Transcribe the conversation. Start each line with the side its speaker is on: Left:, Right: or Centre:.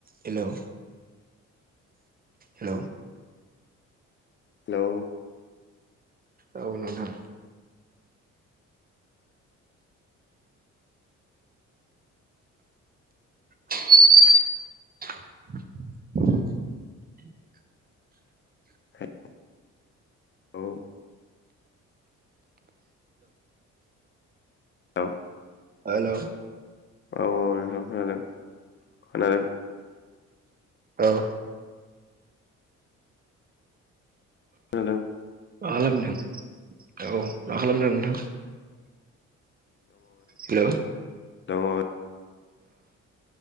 Right: Hello hello
Left: hello
Right: औ नोंथां <inaudible>
Left: हेल औ औे
Right: हेलौ
Left: औ औ नोंथां खोनादों खोनादों
Right: औ मा
Left: खोनादों
Right: खालामदों औ मा खालामदों नोंथां हेलौ
Left: औ